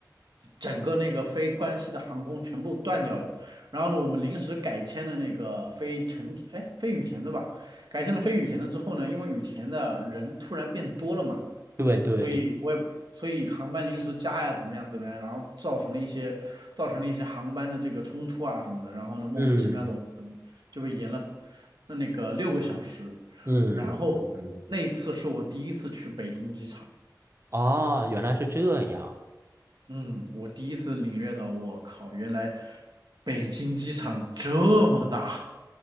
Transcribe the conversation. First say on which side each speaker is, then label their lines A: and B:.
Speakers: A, on the right; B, on the right.
A: 整个那个非关西的航空全部断掉了。然后呢，我们临时改签了那个飞成田，哎，飞羽田的吧？改签了飞羽田的之后呢，因为羽田的人突然变多了嘛，
B: 对对对，
A: 所以我也所以航班临时加呀，怎么样怎么样，然后造成了一些造成了一些航班的这个冲突啊什么的。然后呢，莫名其妙的我们就就被延了
B: 嗯
A: 那那个六个小时。
B: 嗯嗯嗯，
A: 然后那一次是我第一次去北京机场。
B: 哦，原来是这样。
A: 嗯，我第一次领略到，我靠，原来北京机场这么大。